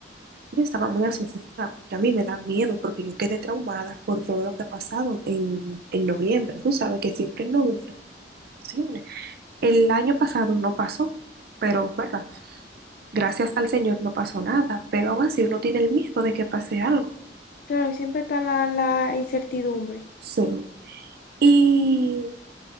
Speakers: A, on the right (about 55°); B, on the left (about 50°).
A: Yo estaba muy asustada, porque a mí me da miedo, porque yo quedé traumada por todo lo que ha pasado en, en noviembre. Tú sabes que siempre en noviembre funciona. El año pasado no pasó, pero, ¿verdad? Gracias al Señor no pasó nada, pero aún así uno tiene el miedo de que pase algo.
B: Claro, siempre está la, la incertidumbre.
A: Sí. Y